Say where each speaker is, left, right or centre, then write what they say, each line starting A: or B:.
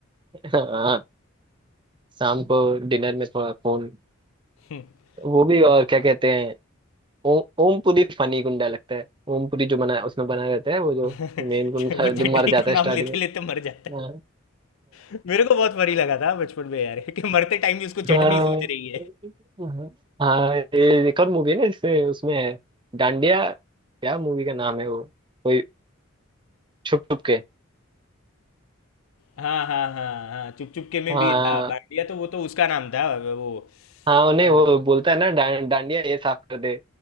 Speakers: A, on the right; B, on the left.
A: हाँ शाम को डिनर में थोड़ा फोन
B: <laughs>
A: वो भी और क्या कहते हैं ओ, ओमपुरी फनी गुंडा लगता है ओमपुरी जो बना उसमें बना रहता है वो जो
B: वो
A: मेन गुंडा
B: चटनी
A: जो मर जाता
B: का
A: है
B: नाम
A: स्टार्टिंग
B: लेते लेते मर
A: में
B: जाता
A: हाँ
B: है मेरे को बहुत फनी लगा था बचपन में यार कि मरते टाइम भी उसको
A: हाँ
B: चटनी
A: हाँ
B: सूझ रही है
A: हाँ हाँ, ये एक और मूवी है ना इसमें उसमें है डांडिया क्या मूवी का नाम है वो कोई छुप छुप के
B: हाँ हाँ हाँ हाँ चुप चुप के में
A: हाँ
B: भी था बांडिया तो वो तो उसका नाम था वो
A: हाँ उन्हें
B: क्या नाम
A: वो बोलता है ना डा, डांडिया ये साफ कर दे